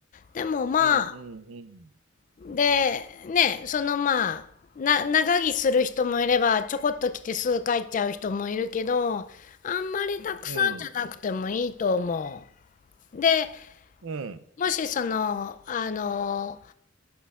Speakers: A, on the left; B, on the right.
A: でもまあ、
B: うん
A: で、ね、そのまあ、な、長着する人もいれば、ちょこっと着てすぐ帰っちゃう人もいるけど、あんまりたくさんじゃなくてもいいと思
B: うん。う
A: う。で、
B: ん。うん。
A: もしその、あの、